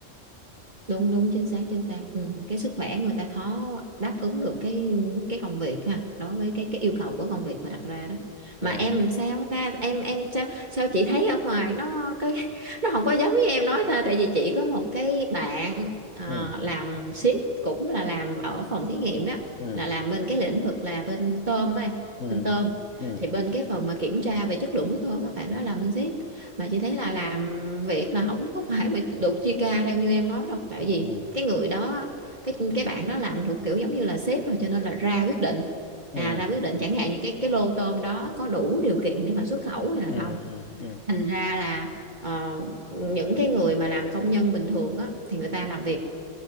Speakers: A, on the right (about 35°); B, on the left (about 65°).
A: đúng đúng chính xác chính xác ừ. cái sức khỏe người ta khó đáp ứng được cái cái công việc ha đối với cái cái yêu cầu của công việc mà đặt ra đó
B: dạ
A: mà em sao ta em em sao sao chị thấy ở ngoài nó cái <laughs> nó không có giống với em nói ta tại vì chị có một cái bạn ờ,
B: ừ
A: làm ship cũng là làm ở phòng thí nghiệm đó
B: ừ
A: là làm bên cái lĩnh vực là bên tôm á
B: ừ
A: bên tôm
B: ừ
A: thì bên cái phần mà kiểm tra về chất lượng của tôm á bạn đó làm bên ship mà chị thấy là làm việc là không có phải mà được chia ca theo như em nói đâu tại vì
B: ừ
A: cái người đó cái cái bạn đó làm thuộc kiểu giống như là sếp rồi cho nên là ra quyết định
B: ừ
A: à ra quyết định chẳng hạn như cái cái lô tôm đó có đủ điều kiện để mà xuất khẩu hay là
B: ừ
A: không
B: ừ ừ
A: thành ra là ờ, những cái người mà làm công nhân bình thường á thì người ta làm việc